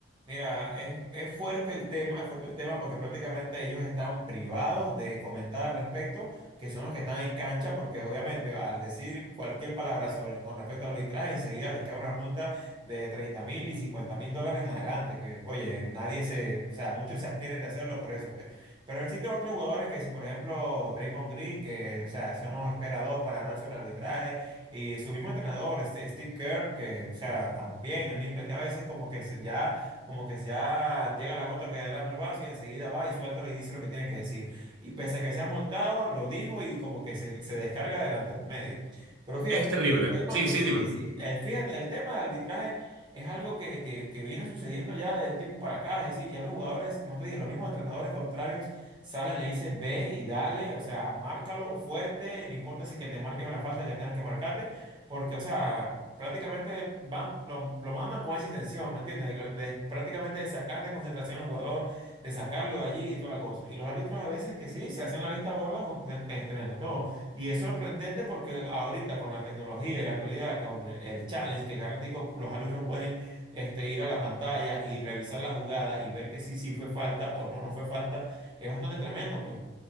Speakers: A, on the right (about 25°); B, on the right (about 80°).
A: Mira, es, es fuerte el tema, es fuerte el tema porque prácticamente ellos están privados de comentar al respecto, que son los que están en cancha, porque obviamente al decir cualquier palabra sobre con respecto al arbitraje, enseguida les cae una multa de treinta mil y cincuenta mil dólares en adelante, que oye, nadie se, o sea, muchos se abstienen de hacerlo por eso. pues. Pero existen otros jugadores que si, por ejemplo, Draymond Green, que, o sea, eso nos espera dos para hablar sobre arbitraje. Y su mismo entrenador, este Steve Kerr, que, o sea, también el Nimble a veces como que se- ya como que ya llega la gota que derrama el vaso y enseguida va y suéltalo y dice lo que tiene que decir. Y pese a que sea multado, lo dijo y como que se, se descarga delante de los medios. Pero fíjate,
B: Es terrible.
A: el tema,
B: Sí,
A: eh,
B: sí,
A: sí,
B: dime.
A: sí, el, fíjate, el tema del arbitraje es algo que, que, que viene sucediendo ya de un tiempo para acá. Es decir, ya los jugadores, como te dije, los mismos entrenadores contrarios salen, le dicen ve y dale, o sea, márcalo fuerte, no importa si que te marquen la falta que tengan que marcarte, porque, o sea prácticamente van, lo, lo mandan con esa intención, ¿me entiendes? De, de prácticamente de sacar de concentración al jugador, de sacarlo de allí y toda la cosa. Y los árbitros a veces que sí, se hacen la vista gorda jun- en- este, ante todo. Y es sorprendente porque ahorita con la tecnología y la actualidad, con el el challenge, que cada ratico los árbitros pueden este, ir a la pantalla y revisar la jugada y ver que sí, sí fue falta o no, no fue falta, es bastante tremendo, pues.